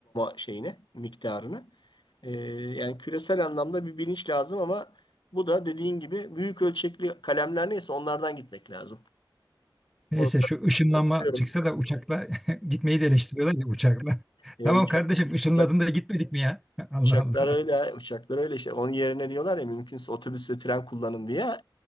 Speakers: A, on the left (about 65°); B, in the centre.
A: e, şeyine miktarını. E, yani küresel anlamda bir bilinç lazım ama bu da dediğin gibi büyük ölçekli kalemler neyse onlardan gitmek lazım.
B: Neyse
A: Onu
B: şu ışınlanma
A: katılıyorum.
B: çıksa da uçakla <laughs> gitmeyi de eleştiriyorlar ya uçakla. <laughs>
A: E,
B: Tamam
A: uçak,
B: kardeşim ışınladın
A: uçak,
B: da gitmedik mi ya? <laughs> Allah
A: uçaklar
B: Allah.
A: öyle, uçaklar öyle işte. Onun yerine diyorlar ya mümkünse otobüs ve tren kullanın diye.